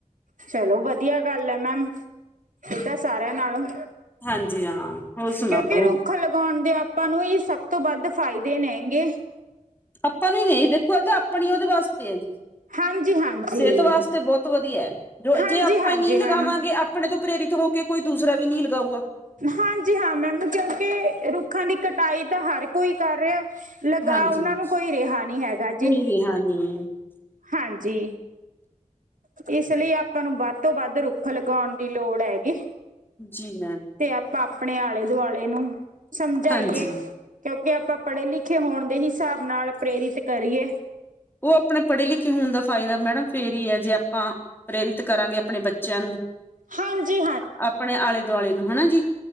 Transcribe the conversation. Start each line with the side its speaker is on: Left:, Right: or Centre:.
Right: ਚਲੋ ਵਧੀਆ ਗੱਲ ਐ ਮੈਮ, ਏਹ ਤਾਂ ਸਾਰਿਆਂ ਨਾਲੋਂ।
Left: ਹਾਂਜੀ ਹਾਂ, ਹੋਰ ਸੁਣਾਓ?
Right: ਕਿਉਂਕਿ ਰੁੱਖ ਲਗਾਉਣ ਦੇ ਆਪਾਂ ਨੂੰ ਇਹੀ ਸਭ ਤੋਂ ਵੱਧ ਫਾ਼ਇਦੇ ਨੇ ਗੇ।
Left: ਆਪਾਂ ਨੂੰ ਈ ਨਈਂ, ਦੇਖੋ ਇਹ ਤਾਂ ਆਪਣੀ ਉਹਦੇ ਵਾਸਤੇ ਐ ਜੀ।
Right: ਹਾਂਜੀ ਹਾਂਜੀ
Left: ਸਿਹਤ ਵਾਸਤੇ ਬਹੁਤ ਵਧੀਐ, ਜੋ-ਜੇ
Right: ਹਾਂਜੀ
Left: ਆਪਾਂ
Right: ਹਾਂਜੀ
Left: ਈ ਨੀ ਲਗਾਵਾਂਗੇ
Right: ਮੈਮ
Left: ਆਪ ਪਣੇ ਤੋਂ ਪ੍ਰੇਰਿਤ ਹੋ ਕੇ ਕੋਈ ਦੂਸਰਾ ਵੀ ਨਈਂ ਲਗਾਊਗਾ।
Right: ਹਾਂਜੀ ਹਾਂ ਮੈਮ ਕਿਉਂਕਿ ਰੁੱਖਾਂ ਦੀ ਕਟਾਈ ਤਾਂ ਹਰ ਕੋਈ ਕਰ ਰਿਆ। ਲਗਾ
Left: ਹਾਂਜੀ
Right: ਉਹਨਾਂ ਨੂੰ ਕੋਈ ਰਿਹਾ ਨਈਂ ਹੈਗਾ ਜੀ,
Left: ਕੋਈ ਰਿਹਾ ਨਹੀਂ
Right: ਹਾਂਜੀ! ਇਸ ਲਈ ਆਪਾਂ ਨੂੰ ਵੱਧ ਤੋਂ ਵੱਧ ਰੁੱਖ ਲਗਾਉਣ ਦੀ ਲੋੜ ਐਗੀ।
Left: ਜੀ ਮੈਮ!
Right: ਤੇ ਆਪਾਂ ਆਪਣੇ ਆਲੇ਼-ਦੁਆਲੇ਼ ਨੂੰ ਸਮਝਾਈਏ।
Left: ਹਾਂਜੀ
Right: ਕਿਉਂਕਿ ਆਪਾਂ ਪੜ੍ਹੇ-ਲਿਖੇ ਹੋਣ ਦੇ ਹਿਸਾਬ ਨਾਲ ਪ੍ਰੇਰਿਤ ਕਰੀਏ।
Left: ਉਹ ਆਪਣੇ ਪੜ੍ਹੇ-ਲਿਖੇ ਹੋਣ ਦਾ ਫਾ਼ਇਦਾ ਮੈਡਮ ਫੇਰ ਈ ਐ ਜੇ ਆਪਾਂ ਪ੍ਰੇਰਿਤ ਕਰਾਂਗੇ ਆਪਣੇ ਬੱਚਿਆਂ ਨੂੰ,
Right: ਹਾਂਜੀ
Left: ਅ-ਆਪਣੇ ਆਲੇ਼-ਦੁਆਲੇ਼ ਨੂੰ ਹਨਾ ਜੀ?